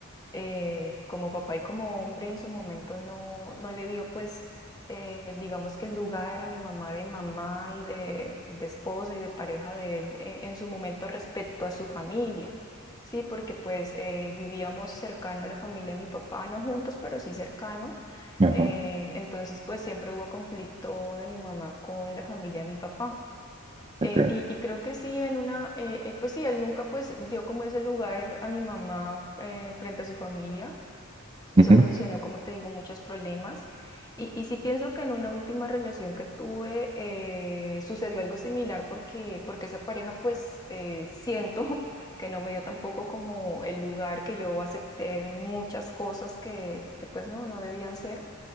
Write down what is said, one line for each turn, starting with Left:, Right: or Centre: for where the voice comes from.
Left: eh, como papá y como hombre en su momento no, no le dio pues eh, digamos que el lugar a mi mamá de mamá y de, de esposa y de pareja de él eh, en su momento respecto a su familia. Sí, porque pues eh, vivíamos cercano a la familia de mi papá, no juntos, pero sí cercano.
Right: Ajá,
Left: Eh, entonces pues siempre hubo conflicto de mi mamá con la familia de mi papá. Eh,
Right: ok.
Left: y, y creo que sí, en una, eh, eh, pues sí, él nunca pues dio como ese lugar a mi mamá eh, frente a su familia, eso
Right: Ujú,
Left: condicionó, como te digo, muchos problemas. Y, y sí pienso que en una última relación que tuve eh, sucedió algo similar porque, porque esa pareja, pues eh, siento <laughs> que no me dio tampoco como el lugar que yo acepté muchas cosas que, que, pues no, no debían ser.